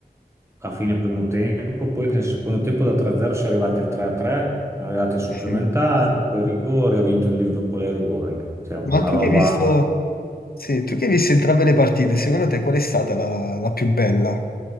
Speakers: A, on the right; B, on the left.
A: a fine primo tempo, poi nel secondo tempo da 3-0 si è arrivati al 3-3, arrivati ai supplementari,
B: sì.
A: poi ai rigori, ha vinto il Liverpool ai rigori. Cioè,
B: Ma
A: fu una
B: tu
A: roba...
B: che hai visto, sì, tu che hai visto entrambe le partite, secondo te qual è stata la, la più bella?